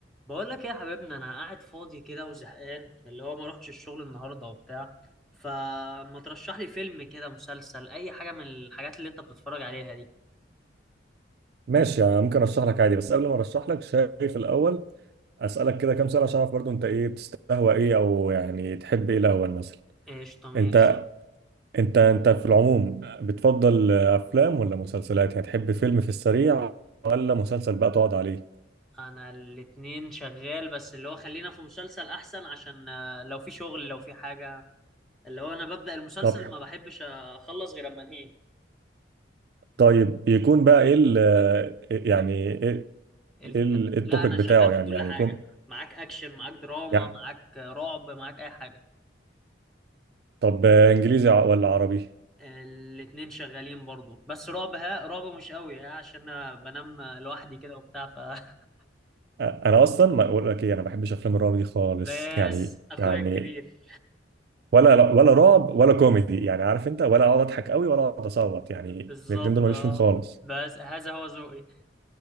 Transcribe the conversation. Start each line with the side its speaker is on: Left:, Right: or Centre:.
Centre: بقول لك ايه يا حبيبنا انا قاعد فاضي كده وزهقان اللي هو ما روحتش الشغل النهارده وبتاع فما ترشح لي فيلم كده مسلسل اي حاجه من الحاجات اللي انت بتتفرج عليها دي
Right: ماشي يعني ممكن ارشح لك عادي بس قبل ما ارشح لك شايف الاول اسالك كده كام سؤال عشان اعرف برضو انت ايه بتستهوى ايه او يعني تحب ايه الاول مثلا
Centre: قشطه ماشي
Right: انت انت انت في العموم بتفضل افلام ولا مسلسلات يعني تحب فيلم في السريع ولا مسلسل بقى تقعد عليه
Centre: انا الاتنين شغال بس اللي هو خلينا في مسلسل احسن عشان آه، لو في شغل لو في حاجه اللي هو انا ببدأ المسلسل
Right: طب
Centre: ما بحبش اخلص غير اما انهيه
Right: طيب يكون بقى ايه ال يعني ايه
Centre: الكت...
Right: إيه ال- التوبيك
Centre: لا انا
Right: بتاعه
Centre: شغال في
Right: يعني
Centre: كل
Right: يعني
Centre: حاجه
Right: يكون
Centre: معاك اكشن معاك دراما
Right: يعني
Centre: معاك آه، رعب معاك اي حاجه
Right: طب انجليزي ع- ولا عربي
Centre: الاتنين شغالين برضو بس رعب ها رعب مش قوي ها عشان انا بنام لوحدي كده وبتاع ف <laughs>
Right: أ- انا اصلا ما اقول لك ايه انا ما بحبش افلام الرعب دي خالص
Centre: بس
Right: يعني
Centre: اخويا
Right: يعني
Centre: الكبير
Right: ولا ولا رعب ولا كوميدي يعني عارف انت ولا اقعد اضحك قوي ولا اقعد اصوت يعني
Centre: بالظبط
Right: الاثنين دول ماليش
Centre: اه
Right: فيهم خالص
Centre: بس هذا هو ذوقي